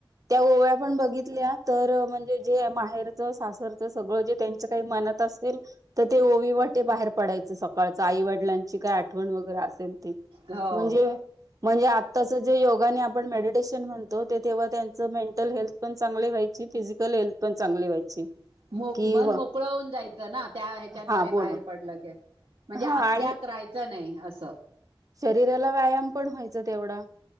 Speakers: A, on the right; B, on the right.
A: त्या ओव्या पण बघितल्या. तर म्हणजे जे माहेरच सासरच सगळं जे त्यांच्या काही मनात असेल तर ते ओवीवर ते बाहेर पडायचं सकाळच आईवडिलांची काय आठवण वगैरे असेल.
B: हो
A: म्हणजे म्हणजे आताच जे योगाने आपण मेडिटेशन म्हणतो ते तेव्हा त्या ते मेंटल हेल्थ पण चांगली व्हायची फिजिकल हेल्थ पण चांगली व्हायची.
B: मो
A: कि
B: मन मोकळ होऊन जायचं ना त्या ह्याच्याद्वारे
A: हा बोलून
B: बाहेर पडलं की, म्हणजे
A: हा
B: आतल्यात
A: आणि
B: राहायचं नाही असं.
A: शरीराला व्यायाम पण व्हायचा तेवढा.